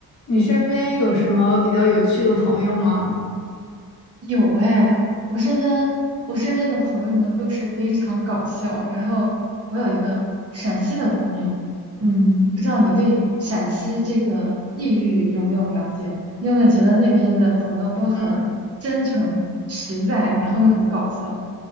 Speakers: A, on the left; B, on the right.
A: 你身边有什么比较有趣的朋友吗？
B: 有哎，我身边我身边的朋友们都是非常搞笑。然后我有一个陕西的朋友，嗯，不知道你对陕西这个地域有没有了解？你有没有觉得那边的朋友都很真诚、
A: 嗯，
B: 实在，然后又很搞笑？